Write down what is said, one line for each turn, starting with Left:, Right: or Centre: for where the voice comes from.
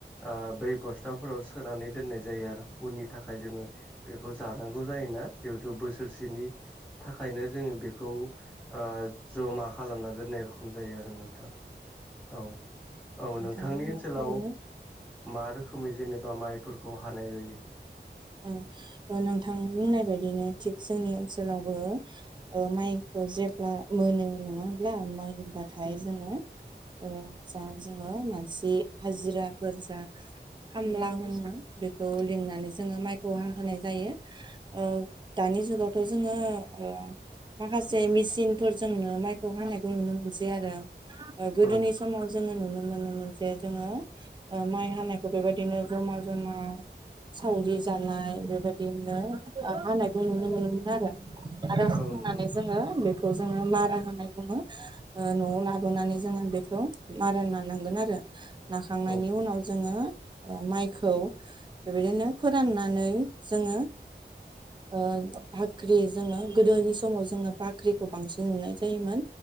Centre: आ बै बस्थाफोराव सोनानै दोननायो जायो आरो उननि थाखाय जोङो बेखौ जानांगौ जायोना जिहेथु बोसोरसेनिनो थाखायनो जोङो बेखौओ ओ जमा खालामना दोननाय रखम जायो आरो नोंथां। औ औ
Right: नोंथां
Centre: नोंथांनि
Right: बुंनाया
Centre: ओनसोलावो
Right: थारैनो
Centre: मा रोखोमै जेनेबा माइफोरखौ हानाय जायो।
Right: औ ओ नोंथां बुंनाय बायदिनो थिग जोंनि ओनसोलावबो ओ ओ माइखौ जेब्ला मोनो नङा होमब्ला मोनबाथाय जोङो ओम जा जोङो मानसि हाजिराफोर जा खामला होनो बेखौ लिंनानै जोङो माइखौ हा होनाय जायो दानि जुगावथ' जोङो ओ माखासे मेसिनफोरजोंनो माइखौ हानायखौ नुनो मोनसै आरो गोदोनि
Centre: औ
Right: समाव जोङो नुनो मोनोमोन जे जोङो माइ हानायखौ बेबायदिनो जमा जमा सावरि जानाय बेबायदिनो हानायखौ नुनो मोनोमोन आरो आरो हाखांनानै
Centre: औ नंगौ
Right: जोङो खौ जोङो मारा होननाय बुङो। न'आव लाबोनानै जोङो बेखौ मारा नानांगोन आरो। नाखांनायनि
Centre: नोंथां औ
Right: उनाव जोङो माइखौ बेबायदिनो फोराननानै जोङो ओ बाख्रि जोङो गोदोनि समाव जोङो बाख्रिखौ बांसिन नुनाय जायोमोन।